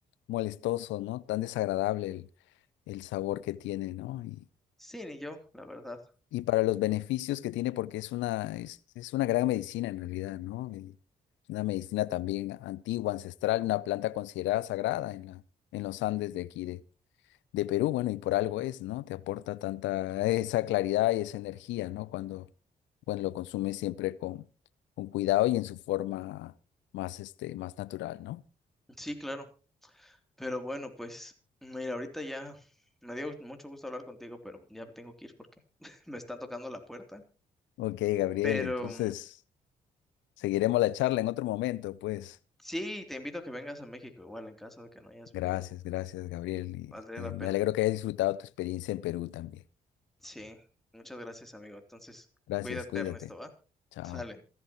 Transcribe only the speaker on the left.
molestoso, ¿no? Tan desagradable el, el sabor que tiene, ¿no? Y,
y para los beneficios que tiene, porque es una, es, es una gran medicina en realidad, ¿no? Y una medicina también antigua, ancestral, una planta considerada sagrada en la, en los Andes de aquí de Perú, bueno, y por algo es, ¿no? Te aporta tanta esa claridad y esa energía, ¿no? Cuando, cuando lo consumes siempre con, con cuidado y en su forma más, este, más natural, ¿no?
Ok, Gabriel,
entonces
seguiremos la charla en otro momento, pues.
Gracias, gracias, Gabriel. y,
eh,
me
alegro que hayas disfrutado tu experiencia en Perú también.
Gracias,
cuídate.
Chao.